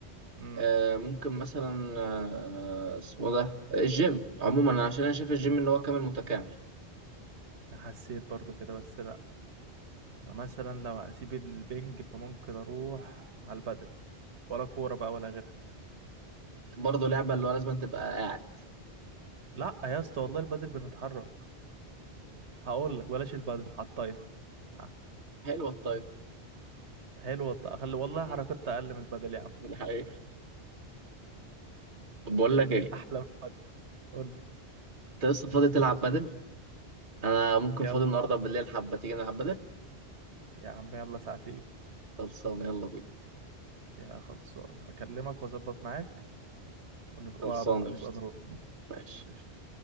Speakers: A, on the right (about 80°); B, on the right (about 50°).
A: امم
B: آه، ممكن مثلا آه، اسمه ده الجيم عموما عشان أنا شايف الجيم إن هو كامل متكامل
A: انا حسيت برضو كده بس لا انا مثلا لو هسيب البنج فممكن اروح على البدل ولا كورة بقى ولا غيرها
B: برضه لعبة اللي هو لازم تبقى قاعد
A: لا يا اسطى والله البدل بنتحرك هقول لك بلاش البدل على الطايرة آه،
B: حلوة الطايرة
A: حلوة الط- أخلي والله
B: مم،
A: حركات اقل من البدل
B: <laughs>
A: يا عم
B: دي حقيقة طب بقول لك إيه
A: <laughs> احلى من البدل قول لي
B: أنت لسه فاضي تلعب بدل؟ أنا ممكن
A: يلا
B: فاضي النهاردة بالليل حبة تيجي نلعب بدل؟
A: يا عم يلا ساعتين
B: خلصانة يلا بينا
A: يا خلصان هكلمك واظبط معاك ونبقى
B: خلصانة
A: ونبقى
B: قشطة
A: نروح
B: ماشي
A: قشطة